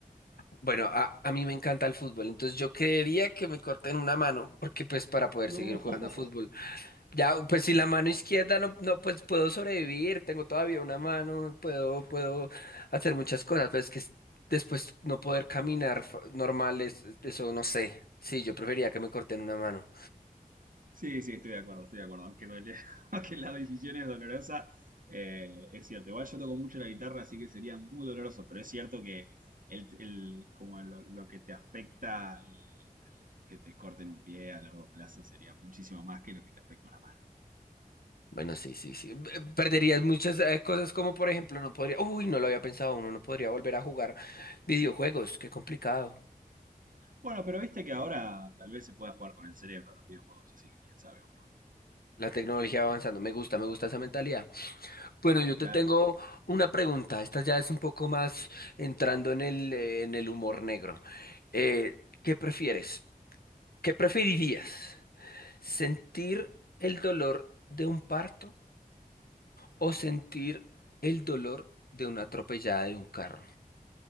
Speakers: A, on the left; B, on the right.
A: Bueno, a, a mí me encanta el fútbol, entonces yo creería que me corten una mano, porque pues para poder
B: No.
A: seguir jugando fútbol.
B: <laughs>
A: Ya, pues si la mano izquierda no, no, pues puedo sobrevivir, tengo todavía una mano, puedo, puedo hacer muchas cosas, pero es que es- después no poder caminar fa- normal, es- es- eso no sé. Sí, yo preferiría que me corten una mano.
B: Sí, sí, estoy de acuerdo, estoy de acuerdo. Aunque, duele- <laughs> aunque la decisión es dolorosa, eh, es cierto. Igual yo toco mucho la guitarra, así que sería muy doloroso, pero es cierto que el, el- como lo, lo que te afecta el, el que te corten un pie a largo plazo sería muchísimo más que lo que te afecta una mano.
A: Bueno, sí, sí, sí. Eh, Perderías muchas eh, cosas como, por ejemplo, no podría, uy, no lo había pensado, uno no podría volver a jugar videojuegos, qué complicado.
B: Bueno, pero viste que ahora tal vez se pueda jugar con el cerebro a los videojuegos, así que quién sabe uno.
A: La tecnología va avanzando, me gusta, me gusta esa mentalidad. Bueno, yo
B: Claro.
A: te tengo una pregunta. Esta ya es un poco más entrando en el, eh, en el humor negro. Eh, ¿qué prefieres? ¿Qué preferirías? ¿Sentir el dolor de un parto o sentir el dolor de una atropellada de un carro?